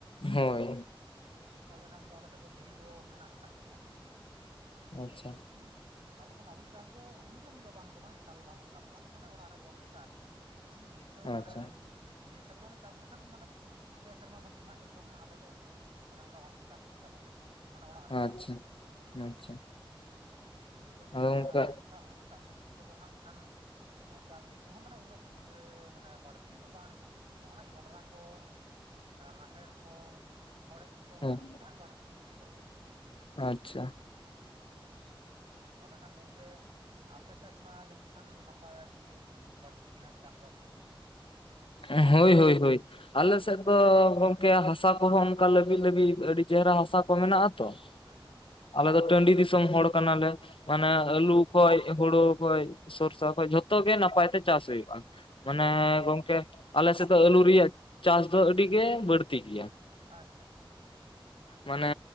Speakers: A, on the left; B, on the right.
A: ᱦᱳᱭ
B: ᱛᱟᱦᱞᱮ ᱠᱷᱟᱱ ᱫᱚ ᱟᱞᱮ ᱥᱮᱫ ᱫᱚ ᱫᱷᱤᱨᱤ ᱫᱚ ᱢᱮᱱᱟᱜ ᱟᱠᱟᱜ ᱜᱮᱭᱟ ᱾
A: ᱟᱪᱪᱷᱟ
B: ᱦᱩᱸ ᱾ ᱛᱟᱦᱚᱞᱮ ᱠᱷᱟᱱ ᱟᱹᱞᱩ ᱪᱟᱥ ᱫᱚ ᱦᱩᱭ ᱫᱚ ᱦᱩᱭᱩᱜᱼᱟ ᱵᱟᱝ ᱫᱚ ᱵᱟᱝ ᱮᱠᱟᱞ ᱵᱟᱝ ᱚᱱᱠᱟ ᱫᱚ ᱵᱟᱝ ᱢᱟᱱᱮ ᱚᱲᱟᱜ ᱨᱮ ᱡᱚᱢ ᱞᱮᱠᱟ ᱟᱨ ᱪᱮᱫ ᱾ ᱦᱩᱸ <unintelligible> ᱛᱳ ᱢᱟᱱᱮ
A: ᱟᱪᱪᱷᱟ
B: ᱱᱤᱭᱟᱹ ᱥᱮᱨᱢᱟ ᱞᱮ ᱪᱟᱥ ᱞᱮᱠᱷᱟᱱ ᱢᱟᱱᱮ ᱯᱮ ᱥᱮᱨᱢᱟ ᱫᱷᱟᱹᱵᱤᱡ ᱦᱟᱜ ᱞᱮ ᱡᱚᱢᱟ ᱟᱞᱮ ᱫᱚ ᱚᱱᱟ ᱚᱱᱮ ᱚᱱᱠᱟ ᱵᱷᱟᱵᱛᱮ ᱪᱟᱥ ᱦᱩᱭᱩᱜ ᱛᱟᱞᱮᱭᱟ ᱢᱟᱱᱮ ᱚᱲᱟᱜ ᱨᱮᱜᱮ
A: ᱟᱪᱪᱷᱟ
B: ᱟᱨ ᱪᱮᱫ ᱦᱩᱸ ᱦᱩᱸ
A: ᱟᱪᱪᱷᱟ
B: ᱾ ᱤᱱᱠᱟᱹᱜ ᱜᱮ
A: ᱟᱫᱚ
B: ᱟᱨ
A: ᱚᱱᱠᱟ
B: ᱮᱴᱟᱜ ᱮᱴᱟᱜ ᱥᱚᱵᱽᱡᱤ ᱠᱚᱫᱚ ᱦᱟᱸᱜ ᱠᱷᱟᱱ ᱪᱟᱥ ᱦᱩᱭᱩᱜ ᱨᱮᱦᱚᱸ ᱢᱟᱱᱮ ᱩᱱᱟᱹᱜ ᱤᱭᱟᱹ ᱵᱟᱹᱲᱛᱤ ᱫᱚ ᱵᱟᱝ ᱦᱚᱜᱼᱚᱱᱟ ᱡᱚᱱᱰᱨᱟ ᱠᱚ, ᱨᱟᱦᱮᱲ ᱠᱚ ᱦᱚᱲᱮᱡ ᱠᱚ
A: ᱦᱮᱸ
B: ᱦᱚᱜ-ᱚᱱᱟ ᱠᱚᱜᱮ ᱦᱟᱜ ᱵᱟᱹᱲᱛᱤ ᱫᱚ ᱦᱩᱭᱩᱜ-ᱟ ᱟᱞᱮ ᱥᱮᱫ ᱫᱚ
A: ᱟᱪᱪᱷᱟ
B: ᱦᱩᱸ ᱾ ᱦᱩᱸ ᱦᱩᱸ, ᱛᱟᱦᱚᱞᱮ ᱠᱷᱟᱱ ᱜᱚᱝᱠᱮ ᱟᱯᱮ ᱥᱮᱫ ᱢᱟ ᱡᱟᱹᱱᱤᱡ ᱠᱷᱟᱱ ᱱᱟᱯᱟᱭ ᱟᱹᱰᱤ ᱵᱟᱹᱲᱛᱤ ᱜᱮ ᱦᱟᱸᱜ ᱪᱟᱥᱵᱟᱥ ᱫᱚ ᱦᱩᱭᱩᱜ ᱜᱮᱭᱟ?
A: ᱦᱳᱭ ᱦᱳᱭ ᱦᱳᱭ ᱟᱞᱮ
B: ᱦᱩᱸ
A: ᱥᱮᱫ ᱫᱚ ᱠᱮ ᱦᱟᱥᱟ ᱠᱚᱦᱚᱸ ᱚᱱᱠᱟ ᱞᱟᱹᱵᱤᱛ ᱞᱟᱹᱵᱤᱛ ᱟᱹᱰᱤ ᱪᱮᱦᱨᱟ ᱦᱟᱥᱟ ᱠᱚ ᱢᱮᱱᱟᱜ-ᱟ ᱛᱚ ᱾
B: ᱦᱩᱸ ᱦᱩᱸ ᱾
A: ᱟᱞᱮ ᱫᱚ ᱴᱟᱺᱰᱤ ᱫᱤᱥᱚᱢ ᱦᱚᱲ ᱠᱟᱱᱟᱞᱮ ᱢᱟᱱᱮ
B: ᱦᱩᱸ ᱦᱩᱸ
A: ᱟᱞᱩ ᱠᱷᱚᱡ, ᱦᱩᱲᱩ ᱠᱷᱚᱡ, ᱥᱚᱨᱥᱟ ᱠᱷᱚᱡ ᱡᱷᱚᱛᱚ ᱜᱮ ᱱᱟᱯᱟᱭ ᱛᱮ ᱪᱟᱥ ᱦᱩᱭᱩᱜᱼᱟ, ᱢᱟᱱᱮ
B: ᱟᱪᱪᱷᱟ ᱟᱪᱪᱷᱟ
A: ᱜᱚᱝᱠᱮ ᱟᱞᱮ ᱥᱮᱫ ᱫᱚ ᱟᱹᱞᱩ ᱨᱮᱭᱟᱜ ᱪᱟᱥ ᱫᱚ ᱟᱹᱰᱤ ᱜᱮ ᱵᱟᱹᱲᱛᱤ ᱜᱮᱭᱟ ᱾
B: ᱟᱪᱪᱷᱟ ᱟᱪᱪᱷᱟ ᱟᱪᱪᱷᱟ ᱟᱪᱪᱷᱟ ᱟᱪᱪᱷᱟ ᱟᱪᱪᱷᱟ ᱟᱪᱪᱷᱟ ᱾
A: ᱢᱟᱱᱮ